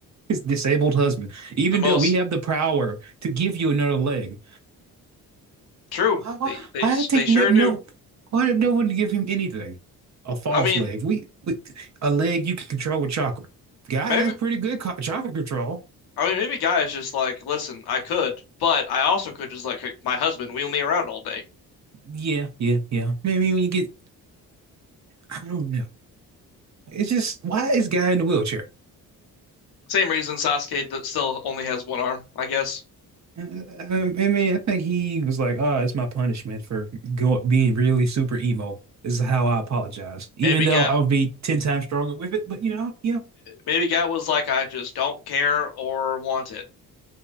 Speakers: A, on the right (about 45°); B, on the left (about 70°).
A: his disabled husband. Even
B: the most
A: though we have the power to give you another leg,
B: True.
A: why, why,
B: They they
A: why did they
B: they sure
A: no, no?
B: do.
A: Why did no one give him anything? A false
B: I mean,
A: leg. We, we a leg you can control with chakra. Guy
B: maybe
A: has pretty good co- chakra control.
B: I mean maybe guys just like, listen, I could, but I also could just like like, my husband wheel me around all day.
A: Yeah, yeah, yeah. Maybe when you get, I don't know. It's just why is guy in the wheelchair?
B: Same reason Sasuke that still only has one arm, I guess.
A: Um, I mean, I think he was like, "Oh, it's my punishment for go being really super emo. This is how I apologize, even
B: Maybe
A: though
B: guy
A: I would be ten times stronger with it." But you know, yeah.
B: maybe guy was like, I just don't care or want it,